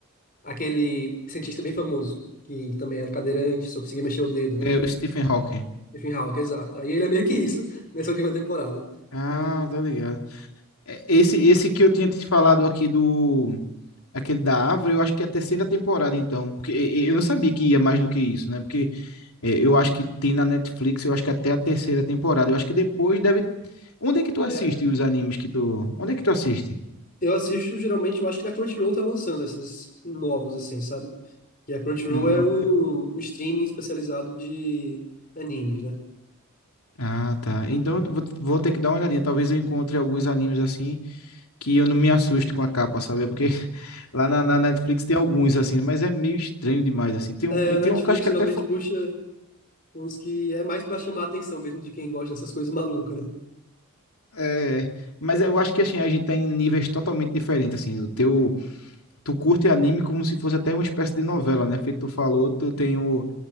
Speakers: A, on the left; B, on the left.
A: aquele cientista bem famoso, que também era cadeirante, só conseguia mexer o dedo, né?
B: É o Stephen Hawking.
A: Stephen Hawking, exato. Aí ele é meio que isso <laughs> nessa última temporada.
B: Ah,
A: Hum,
B: tá ligado. É, Esse, esse que eu tinha te falado aqui do. Aquele da árvore, eu acho que é a terceira temporada, então. Porque e- e- eu não sabia que ia mais do que isso, né? Porque é, eu acho que tem na Netflix, eu acho que até a terceira temporada. Eu acho que depois deve. Onde é que tu assiste
A: é,
B: os animes que tu. Onde é que tu assiste?
A: eu assisto geralmente, eu acho que na Crunchyroll tá lançando esses novos, assim, sabe? E a Crunchyroll
B: Hum,
A: é um, um streaming especializado de animes, né?
B: Ah, tá. Então eu vou, vou ter que dar uma olhadinha. Talvez eu encontre alguns animes assim que eu não me assusto com a capa, sabe? É Porque <laughs> lá na, na Netflix tem alguns, assim, mas é meio estranho demais, assim. Tem
A: É,
B: um,
A: a Netflix
B: tem um que eu acho que
A: geralmente
B: é até foi.
A: puxa uns que é mais pra chamar a atenção mesmo de quem gosta dessas coisas malucas, né?
B: é, mas eu acho que assim, a gente tá em níveis totalmente diferentes, assim. O teu, tu curte anime como se fosse até uma espécie de novela, né? Feito tu falou, tu tem o,